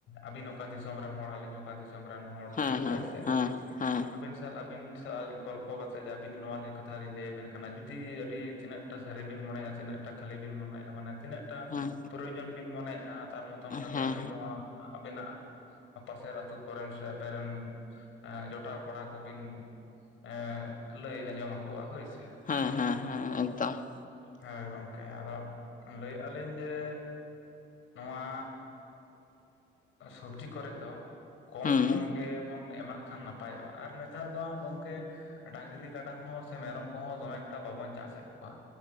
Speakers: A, on the left; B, on the left.
A: ᱟᱹᱵᱤᱱ ᱚᱠᱟ ᱫᱤᱥᱚᱢ ᱨᱮᱱ ᱦᱚᱲ ᱟᱹᱞᱤᱧ ᱚᱠᱟ ᱫᱤᱥᱚᱢ ᱨᱮᱱ ᱦᱚᱲ
B: ᱦᱮᱸ ᱦᱮᱸ
A: ᱦᱳᱭᱥᱮ,
B: ᱦᱮᱸ ᱦᱮᱸ
A: ᱟᱹᱵᱤᱱ ᱪᱟᱞ ᱟᱹᱵᱤᱱ ᱥᱟᱶ ᱜᱚᱞᱯᱚ ᱠᱟᱛᱮ ᱟᱹᱵᱤᱱ ᱱᱚᱣᱟ ᱠᱟᱛᱷᱟ ᱞᱤᱧ ᱞᱟᱹᱭ ᱟᱵᱮᱱ ᱠᱟᱱᱟ ᱡᱩᱫᱤ ᱟᱹᱰᱤ ᱛᱤᱱᱟᱹᱜ ᱴᱟ ᱥᱟᱹᱨᱤ ᱵᱤᱱ ᱢᱚᱱᱮᱭᱮᱜ-ᱟ ᱛᱤᱱᱟᱹᱜ ᱴᱟ ᱠᱷᱟᱹᱞᱤ ᱵᱤᱱ ᱢᱚᱱᱮ ᱢᱟᱱᱮ ᱛᱤᱱᱟᱹᱜᱴᱟ
B: ᱦᱮᱸ
A: ᱯᱨᱚᱭᱳᱡᱚᱱ ᱵᱤᱱ ᱢᱚᱱᱮᱭᱮᱜ-ᱟ ᱛᱟᱨ ᱢᱚᱛᱚᱱ ᱠᱟᱛᱮ
B: ᱦᱮᱸ
A: ᱟᱵᱤᱱ ᱦᱚᱸ ᱟᱵᱤᱱᱟᱜ ᱯᱟᱥᱮᱨ ᱟᱛᱳ ᱠᱚᱨᱮᱱ ᱥᱮ ᱟᱵᱮᱱ ᱨᱮᱱ ᱮᱸ ᱡᱚᱴᱟᱣ ᱠᱚᱲᱟ ᱠᱚᱵᱤᱱ ᱮᱸ ᱞᱟᱹᱭ ᱟᱸᱡᱚᱢ ᱟᱠᱚᱣᱟ ᱦᱳᱭᱥᱮ ᱾
B: ᱦᱮᱸ ᱦᱮᱸ ᱦᱮᱸ ᱮᱠᱫᱚᱢ ᱾
A: ᱦᱳᱭ ᱜᱚᱝᱠᱮ ᱟᱫᱚ ᱞᱟᱹᱭᱮᱫ ᱟᱹᱞᱤᱧ ᱡᱮ ᱱᱚᱣᱟ ᱥᱚᱵᱡᱤ ᱠᱚᱨᱮ ᱫᱚ ᱠᱚᱢ
B: ᱦᱩᱸ
A: ᱠᱚᱢ ᱜᱮᱵᱚᱱ ᱮᱢᱟᱜ ᱠᱷᱟᱱ ᱱᱟᱯᱟᱭ ᱱᱟᱯᱟᱭᱚᱜ-ᱟ, ᱟᱨ ᱱᱮᱛᱟᱨ ᱫᱚ ᱜᱚᱝᱠᱮ ᱰᱟᱝᱨᱤ ᱠᱟᱰᱟ ᱦᱚᱸ ᱥᱮ ᱢᱮᱨᱚᱢ ᱠᱚᱦᱚᱸ ᱫᱚᱢᱮ ᱮᱠᱴᱟ ᱵᱟᱵᱚᱱ ᱪᱟᱥᱮᱫ ᱠᱚᱣᱟ᱾